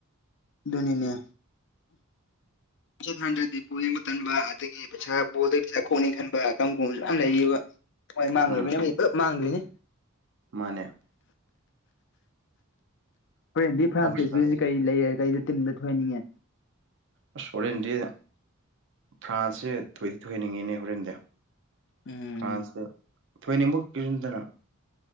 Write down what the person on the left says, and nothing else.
ꯑꯗꯨꯅꯤꯅꯦ ꯄꯩꯁꯥ ꯊꯥꯅ <inaudible> ꯗ꯭ꯔꯗꯤ ꯕꯡ ꯑꯃ ꯇꯟꯕ ꯑꯗꯒꯤ ꯄꯩꯁꯥ ꯕꯗꯒꯤ ꯄꯩ ꯈꯣꯛꯅꯤ ꯈꯟꯕ <inaudible> ꯀꯔꯝꯒꯨꯝꯁꯨꯌꯥꯝ ꯂꯩꯌꯦꯕ ꯍꯣꯏ ꯃꯥꯡꯂꯣꯏꯅ
ꯄꯨꯂꯞ ꯃꯥꯡꯗꯣꯏꯅꯤ
ꯍꯣꯔꯦꯟꯗꯤ ꯐ꯭ꯔꯥꯟꯁ
ꯀ ꯏꯁꯄꯦꯟꯒꯁꯦ ꯀꯔꯤ ꯂꯩꯔꯦ ꯀꯩꯗ ꯇꯤꯝꯗ ꯊꯣꯏꯍꯟꯅꯤꯡꯉꯦ
ꯎꯝ